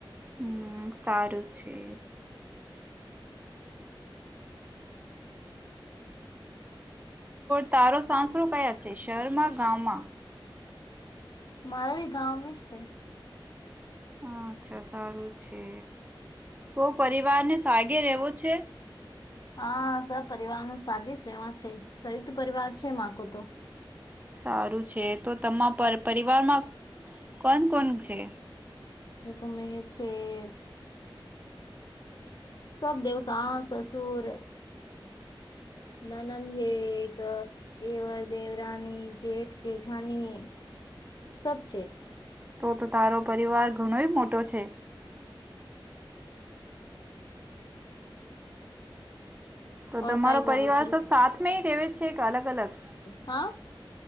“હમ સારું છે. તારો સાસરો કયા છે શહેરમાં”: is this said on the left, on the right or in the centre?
Right